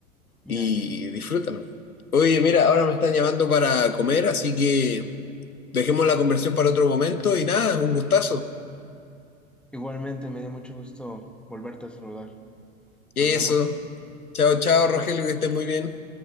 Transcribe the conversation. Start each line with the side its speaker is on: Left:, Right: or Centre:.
Centre: ya,
Left: y
Centre: ya.
Left: disfrútalo. Oye, mira, ahora me están llamando para comer, así que dejemos la conversación para otro momento y nada, un gustazo.
Centre: Igualmente me dio mucho gusto volverte a saludar.
Left: Eso.
Centre: Nos vemos.
Left: Chao, chao, Rogelio, que estés muy bien.